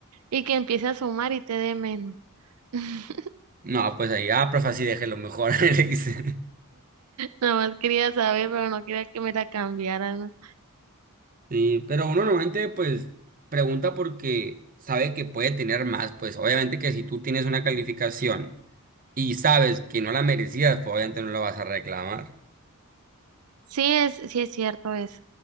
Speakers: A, on the right (about 80°); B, on the right (about 40°).
A: y que empiece a sumar y te dé menos. <laughs>
B: no, pues ahí, ah, profe, así déjelo mejor, <laughs> le dice.
A: Nada más quería saber, pero no quería que me la cambiaran.
B: Sí, pero uno normalmente pues pregunta porque sabe que puede tener más, pues obviamente que si tú tienes una calificación, y sabes que no la merecías, pues obviamente no la vas a reclamar.
A: Sí es, sí es cierto eso,